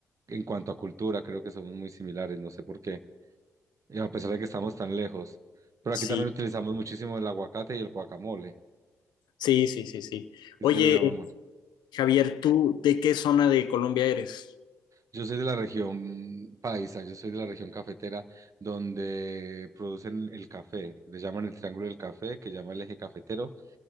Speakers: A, on the right; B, on the left.
A: en cuanto a cultura. Creo que somos muy similares, no sé por qué, y a pesar de que estamos tan lejos. Pero
B: Sí.
A: aquí también utilizamos muchísimo el aguacate y el guacamole.
B: Sí, sí, sí, sí.
A: ¿Ustedes
B: Oye,
A: le llaman
B: eh, Javier, ¿tú de qué zona de Colombia eres?
A: Yo soy de la región paisa, yo soy de la región cafetera donde producen el café, le llaman el Triángulo del Café, que llama el eje cafetero,